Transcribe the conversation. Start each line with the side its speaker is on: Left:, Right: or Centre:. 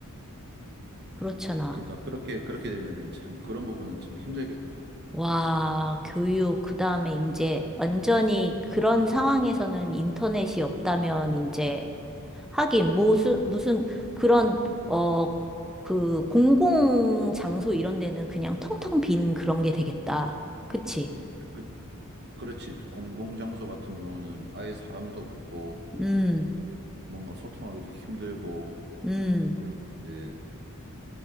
Centre: 그렇잖아.
Right: 그러니까 그렇게, 그렇게 되면은 참 그런 부분은 참 힘들겠다.
Centre: 와, 교육, 그 다음에 이제 완전히 그런 상황에서는 인터넷이 없다면 이제 하긴 무슨, 무슨 그런, 어, 그 공공 장소 이런 데는 그냥 텅텅 빈 그런 게 되겠다. 그치?
Right: 그, 그렇지. 공공장소 같은 경우는 아예 사람도 없고,
Centre: 음,
Right: 뭔가 소통하기도 힘들고,
Centre: 음.
Right: 그리고 이제